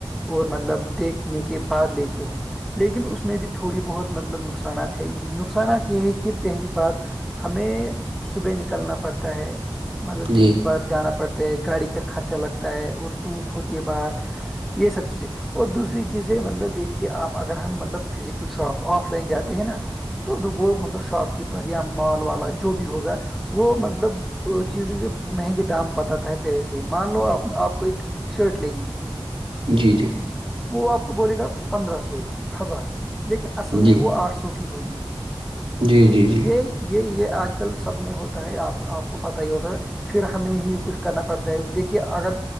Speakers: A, in the centre; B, on the right.
A: اور مطلب دیکھنے کے بعد لیتے ہیں لیکن اس میں بھی تھوڑی بہت مطلب نقصانات ہے نقصانات یہ ہے کہ پہلی بات ہمیں صبح نکلنا پڑتا ہے مطلب
B: جی
A: دن بھر جانا پڑتا ہے گاڑی کا خرچہ لگتا ہے اور دھوپ ہوتی ہے باہر یہ سب چیزیں اور دوسری چیزیں مطلب دیکھیے آپ اگر ہم مطلب فزیکل شاپ آف لائن جاتے ہیں نا تو وہ مطلب شاپ کیپر یا مال والا جو بھی ہوگا وہ مطلب اہ، چیزوں کے مہنگے دام بتاتا ہے پہلے سے ہی مان لو آپ کو ایک شرٹ لینی ہے
B: جی جی
A: وہ آپ کو بولے گا پندرہ سو ہزار لیکن اصل
B: جی
A: میں
B: جی
A: وہ آٹھ سو کی ہوگی
B: جی جی
A: یہ یہ یہ آج کل سب میں ہوتا ہے آپ آپ کو پتا ہوگا پھر ہمیں ہی کچھ کرنا پڑتا ہے دیکھیے اگر